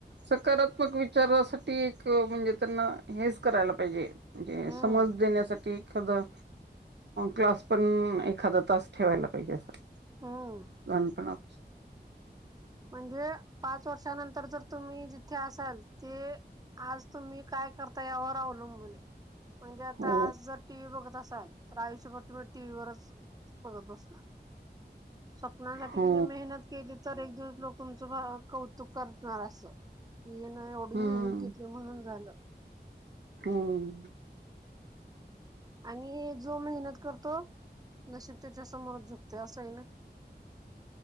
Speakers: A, on the right; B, on the right.
A: सकार. विचारासाठी एक म्हणजे त्यांना हेच करायला पाहिजे. म्हणजे
B: हम्म
A: समज देण्यासाठी एखाद अ क्लास पण एखाद त असत. ठेवायला पाहिजे असं
B: हम्म
A: लहानपणा.
B: म्हणजे पाच वर्षानंतर जर तुम्ही जिथे असाल ते. आज तुम्ही काय करता यावर अवलंबून आहे म्हणजे आता
A: हो
B: आज जर टीव्ही बघत अस चाल तर आयुष्यभर तुम्ही टी व्ही वरच बघत बसणार स्वप्नासाठी
A: हो
B: त्यांने मेहनत केली तर एक दिवस. लोक तुमचं कौतुक करणार असं की ना एवढी
A: हम्म
B: मेहनत घेतली म्हणून झालं.
A: हम्म.
B: आणि जो मेहनत करतो नशीब त्याच्या समोरच झुकते असंही ना. <inaudible>